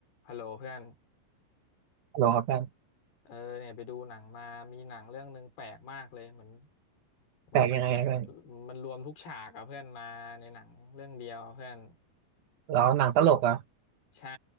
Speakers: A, on the left; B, on the right.
A: ฮัลโหลเพื่อน
B: โหลครับแฟน
A: เออเนี่ยไปดูหนังมามีหนังเรื่องหนึ่งแปลกมากเลยเหมือนเหมือนมัน
B: แปลกยังไงอะแฟน
A: มันรวมทุกฉากอะเพื่อนมาในหนังเรื่องเดียวอะเพื่อน
B: เราหนังตลกเหรอ่ะ
A: ใช่